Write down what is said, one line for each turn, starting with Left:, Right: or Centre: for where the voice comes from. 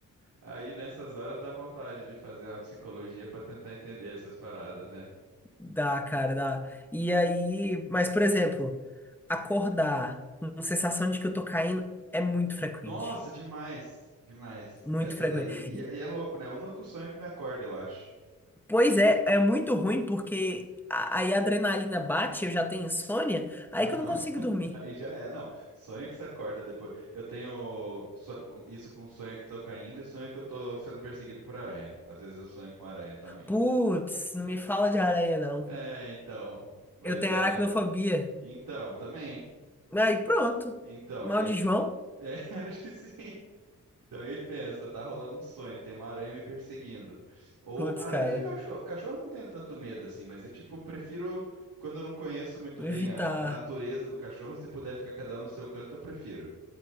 Right: Aí nessas horas dá vontade de fazer uma psicologia pra tentar entender essas paradas, né?
Centre: Dá, cara, dá. E aí, mas, por exemplo, acordar com sensação de que eu tô caindo é muito frequente.
Right: Nossa, demais, demais.
Centre: Muito
Right: Essa
Centre: frequente.
Right: daí, e é, e é louco, né? O único sonho que me acorda, eu acho.
Centre: Pois é, é muito ruim porque a- aí a adrenalina bate, eu já tenho insônia, aí
Right: Aham,
Centre: que eu não consigo
Right: <laughs>
Centre: dormir.
Right: Daí já é. Não, sonho que você acorda depois. Eu tenho so- com- isso com sonho que tô caindo e sonho que eu tô sendo perseguido por aranha. Às vezes eu sonho com aranha também.
Centre: Putz, não me fala de aranha, não.
Right: É, então. Mas
Centre: Eu tenho
Right: é.
Centre: aracnofobia.
Right: Então, eu também.
Centre: Aí pronto.
Right: Então,
Centre: Mal
Right: e aí.
Centre: de João?
Right: É, <laughs> acho que sim. Então, e aí pensa, tá rolando um sonho, tem uma aranha me perseguindo. Ou
Centre: Putz,
Right: aranha
Centre: cara.
Right: e cachorro. Cachorro eu não tenho tanto medo assim, mas eu, tipo, prefiro. Quando eu não conheço muito
Centre: Evitar.
Right: bem a natureza do cachorro, se puder ficar cada um no seu canto, eu prefiro.